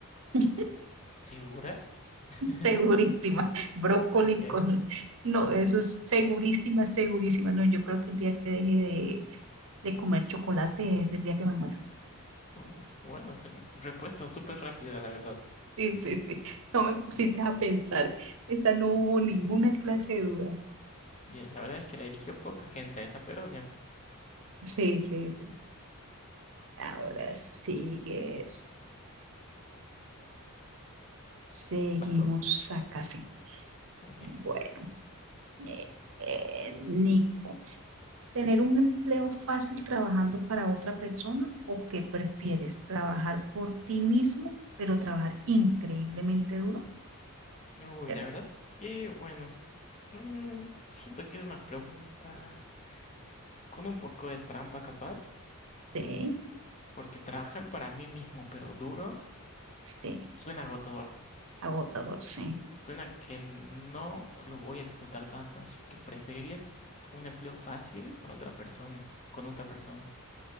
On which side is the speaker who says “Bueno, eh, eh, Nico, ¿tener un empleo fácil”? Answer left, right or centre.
Right